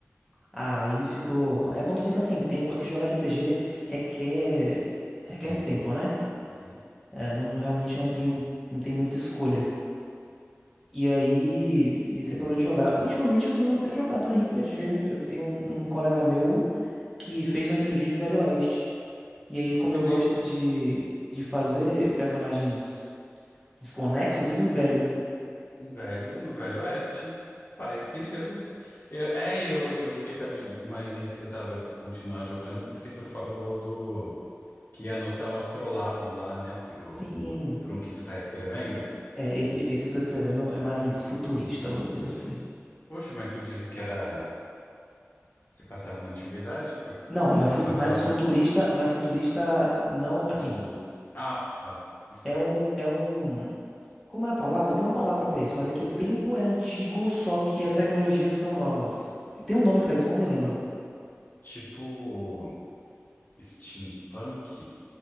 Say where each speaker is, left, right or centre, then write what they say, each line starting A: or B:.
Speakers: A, in the centre; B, on the left.
A: Aí ficou. É quando fica sem tempo, é que jogar RPG requer requer
B: Tempo.
A: um tempo, né?
B: Uhum.
A: É, não, realmente não tem, não tem muita escolha. E aí, e aí você parou de jogar. Ultimamente eu tenho até jogado um RPG. Eu tenho um, um colega meu que fez um RPG de Velho Oeste. E aí, como
B: Eu
A: eu gosto
B: lembro,
A: de, de fazer personagens desconexos, eu fiz um velho.
B: Um velho no Velho Oeste. Faz sentido. Eu, é, eu, eu fiquei sabendo, imaginei que você tava jo continuar jogando, porque tu falou do que ia anotar o astrolábio lá, né, pro,
A: Sim.
B: pro um que tu tá escrevendo.
A: É, esse, esse eu tô escrevendo é mais futurista, vamos dizer assim.
B: Poxa, mas tu disse que era, se passava na antiguidade, porque
A: Não, mas, fu-
B: tu até
A: mais
B: anotou
A: futurista, mais futurista não, assim,
B: de... Ah, ó, explica.
A: é um, é um, como é a palavra? Tem uma palavra pra isso, mas é que o tempo é antigo, só que as tecnologias são novas. Tem um nome pra isso, eu não me lembro.
B: Tipo, steampunk?